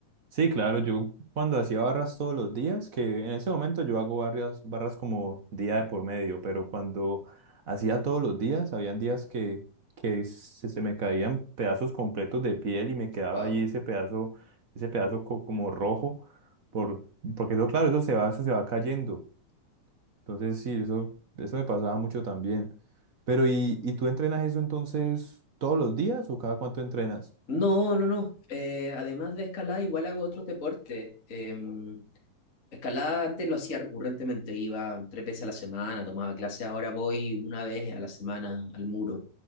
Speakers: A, on the right; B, on the left.
A: Sí, claro, yo cuando hacía barras todos los días, que en ese momento yo hago barras, barras como día de por medio, pero cuando hacía todos los días, habían días que, que se, se me caían pedazos completos de piel y me quedaba
B: Wow.
A: allí ese pedazo, ese pedazo co- como rojo, por, porque eso, claro, eso se va, eso se va cayendo. Entonces, sí, eso, eso me pasaba mucho también. Pero, ¿y, y tú entrenas eso entonces todos los días o cada cuánto entrenas?
B: No, no, no. Eh, además de escalada, igual hago otros deportes. Em, escalada antes lo hacía recurrentemente, iba tres veces a la semana, tomaba clase, ahora voy una vez a la semana al muro.